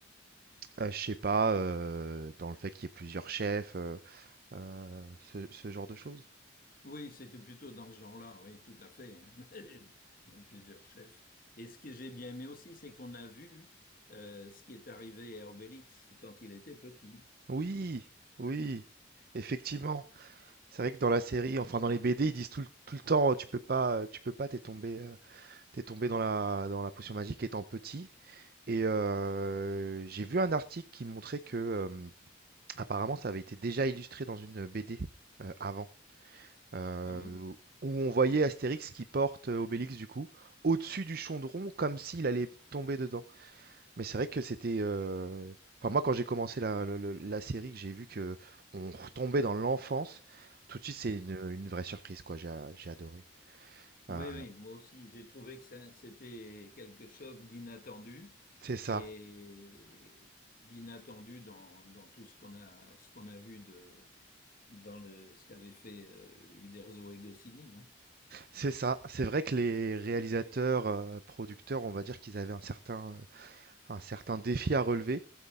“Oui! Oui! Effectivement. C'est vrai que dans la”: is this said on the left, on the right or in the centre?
Right